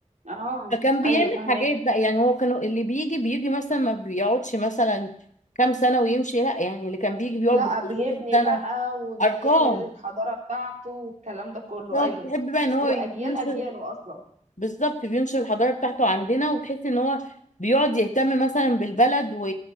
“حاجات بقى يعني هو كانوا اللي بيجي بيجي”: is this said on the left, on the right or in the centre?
Left